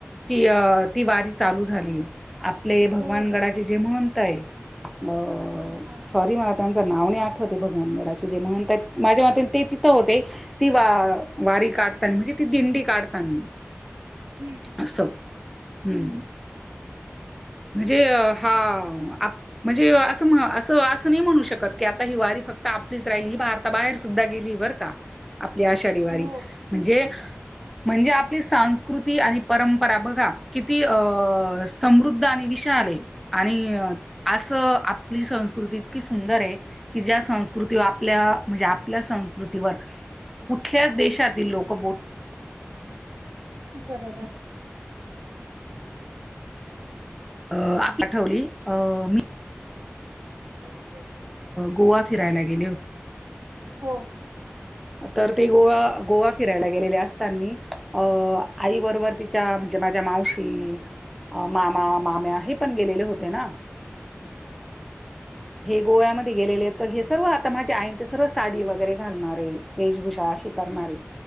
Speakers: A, in the centre; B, on the right (about 75°).
A: ती अ ती वारी चालू झाली. आपले भगवानगडाचे
B: हो हो
A: जे महंत आहे अ
B: हा
A: सॉरी मला त्यांच नाव नाही आठवतेय भगवानगडाचे जे महंत माझ्या मते ते तिथं होते. ती वा वारी काढताना म्हणजे ती दिंडी काढतानी.
B: हम्म.
A: असो हम्म. म्हणजे हा आप म्हणजे असं असं असं नाही म्हणू शकत की आता ही वारी फक्त आपलीच राहिली ही भारताबाहेर सुद्धा गेली वर का आपली आषाढी वारी
B: हो
A: म्हणजे म्हणजे आपली सांस्कृती आणि परंपरा बघा किती अ समृद्ध आणि विशाल आहे आणि असं आपली संस्कृती इतकी सुंदरय. कि ज्या संस्कृती आपल्या म्हणजे आपल्या संस्कृतीवर कुठल्याच देशातील लोक बो
B: बरोबर
A: अ आपला ठेवली मी
B: त स
A: गोवा फिरायला गेले होते
B: हो
A: तर ते गोवा गोवा फिरायला गेलेले असतानी अ आई बरोबर त म्हणजे माझ्या मावशी, मामा मामे आहेत पण गेलेले होते न गोव्यामध्ये गेलेले तर हे सर्व आता माझे आहे ते सर्व साडी वगैरे घालणारे, वेशभूषा अशी करणारे.